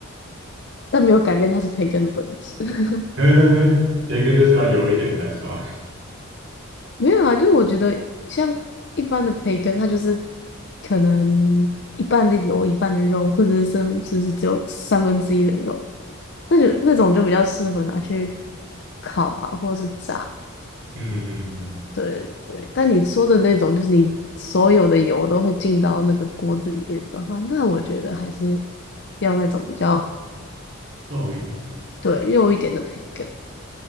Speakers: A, on the left; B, on the right.
A: 但没有改变它是培根的本质。<laughs>
B: <laughs> 培根就是要油一点才爽。
A: 没有啊，就是我觉得像一般的培根，它就是可能一半的油，一半的肉，或者是甚至是只有三分之一的肉，那就那种就比较适合拿去烤啊，或者是炸。
B: 嗯嗯嗯，
A: 对对，但你说的那种，就是你所有的油都会进到那个锅子里面的话，那我觉得还是要那种比较
B: 瘦一点，
A: 对肉一点的培根，